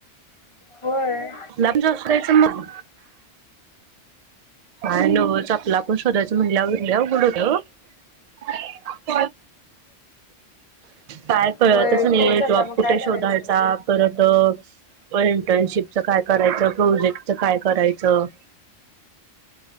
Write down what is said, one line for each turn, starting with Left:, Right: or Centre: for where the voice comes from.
Left: होय
Right: आपला आपण जॉब शोधायचा मग काय नव्हचं आपलं आपण शोधायचं म्हणल्यावर लय अवघड होतय ओ. <inaudible> काय कळतच
Left: होय
Right: नाही.
Left: तेच आता
Right: जॉब
Left: मग
Right: कुठं
Left: काय करायचं.
Right: शोधायचा. परत इंटर्नशिपचं काय करायचं? प्रोजेक्टच काय करायचं?